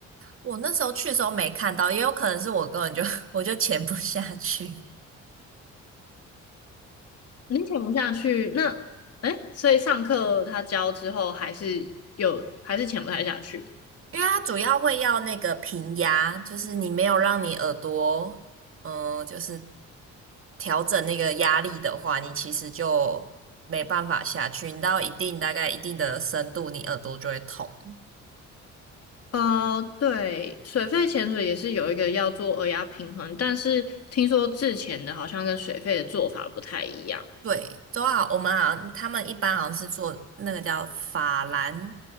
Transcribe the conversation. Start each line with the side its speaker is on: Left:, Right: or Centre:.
Right: 我那时候去的时候没看到，也有可能是我根本就 <laughs> 我就潜不下去，
Left: 你潜不下去，那哎，所以上课他教之后还是有还是潜不太下去吗？
Right: 因为它主要会要那个平压，就是你没有让你耳朵，嗯、就是调整那个压力的话，你其实就没办法下去，你到一定大概一定的深度，你耳朵就会痛。
Left: 呃，对，水肺潜水也是有一个要做耳压平衡，但是听说自潜的好像跟水肺的做法不太一样。
Right: 对，都好，我们好像他们一般好像是做那个叫法兰